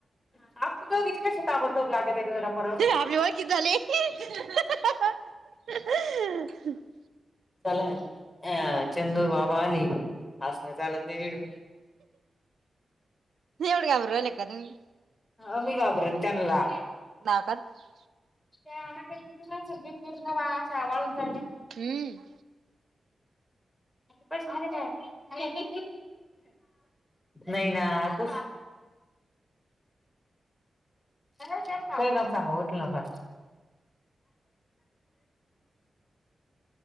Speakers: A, on the left; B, on the right.
A: आप दोघ कशी ताबडतोब लागतला जरा फरक
B: आपली ओळखीच <inaudible>
A: चला, अ चंदू बाबा आले, हसणे चालत नाही निड
B: एवढ गाबर ले का तुमी.
A: मी नाही गाबरत तनला.
B: नाकात
A: त्याुही घीऊ घेऊ न असे वाळून चालले.
B: हम्म
A: प नाही. नाही ना असंच. ना सांगच ना फ